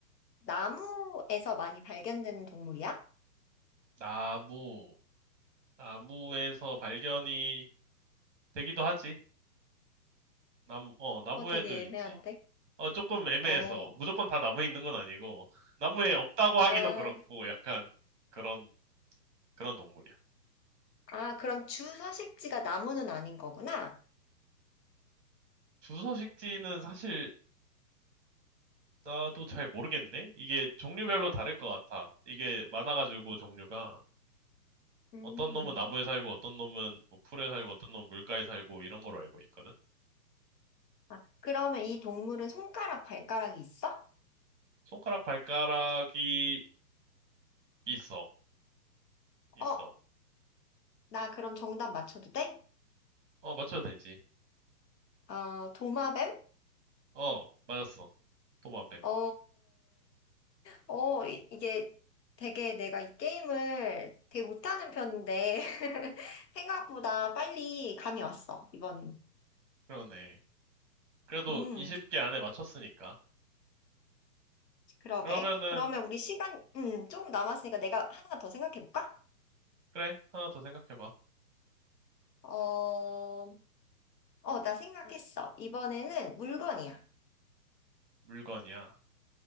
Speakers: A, on the left; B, on the right.
A: 나무에서 많이 발견되는 동물이야?
B: 나무 나무에서 발견이 되기도 하지. 나무 어 나무에도
A: 어, 되게
B: 있지.
A: 애매한데?
B: 어, 조금 애매해서
A: 어,
B: 무조건 다 나무에 있는 건 아니고 나무에 없다고 하기도
A: 아,
B: 그렇고 약간 그런 그런 동물이야.
A: 아, 그럼 주 서식지가 나무는 아닌 거구나?
B: 주서식지는 사실 나도 잘 모르겠네. 이게 종류별로 다를 것 같아. 이게 많아가지고 종류가
A: 음,
B: 어떤 놈은 나무에 살고 어떤 놈은 뭐 풀에 살고 어떤 놈은 물가에 살고 이런 걸로 알고 있거든.
A: 아, 그러면 이 동물은 손가락, 발가락이 있어?
B: 손가락 발가락이 있어. 있어.
A: 어, 나 그럼 정답 맞춰도 돼?
B: 어, 맞춰도 되지.
A: 어, 도마뱀?
B: 어, 맞았어. 도마뱀.
A: 어, 어, 이- 이게 되게 내가 이 게임을 되게 못하는 편인데, <laughs> 생각보다 빨리 감이 왔어, 이번엔.
B: 그러네. 그래도
A: 음,
B: 20개 안에 맞췄으니까.
A: 그러게.
B: 그러면은
A: 그러면 우리 시간, 음, 조금 남았으니까 내가 하나 더 생각해볼까?
B: 그래, 하나 더 생각해봐.
A: 어, 어, 나 생각했어. 이번에는 물건이야.
B: 물건이야.